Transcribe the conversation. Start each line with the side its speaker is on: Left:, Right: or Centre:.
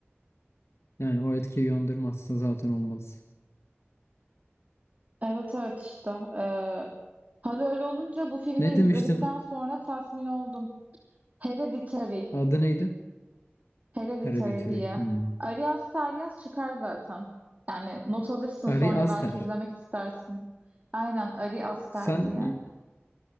Left: Yani o etkiyi uyandırmazsa zaten olmaz.
Right: Evet evet işte. E, hal öyle olunca bu filmi
Left: Ne
Right: izledikten
Left: demiştin?
Right: sonra tatmin oldum. Hereditary.
Left: Adı neydi?
Right: Hereditary
Left: Hereditary.
Right: diye.
Left: Hmm.
Right: Arias Taryas çıkar zaten. Yani not alırsın
Left: Ari
Right: sonra
Left: Aster.
Right: belki izlemek istersin. Aynen Ari Aster
Left: Sen
Right: diye.
Left: y-